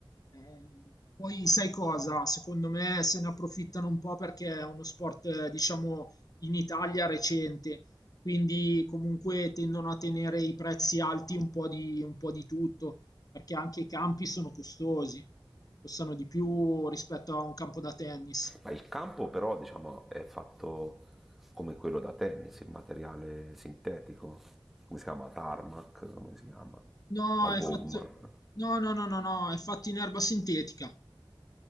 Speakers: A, on the left; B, in the centre.
A: Eh, poi sai cosa? Secondo me se ne approfittano un po' perché è uno sport, eh, diciamo, in Italia recente, quindi comunque tendono a tenere i prezzi alti un po' di, un po' di tutto, perché anche i campi sono costosi, costano di più rispetto a un campo da tennis.
B: Ma il campo però, diciamo, è fatto come quello da tennis, il materiale sintetico, come si chiama? Tarmac, come si chiama?
A: No,
B: La
A: è
B: gomma.
A: fatto...
B: eh.
A: No, no, no, no, no, è fatto in erba sintetica.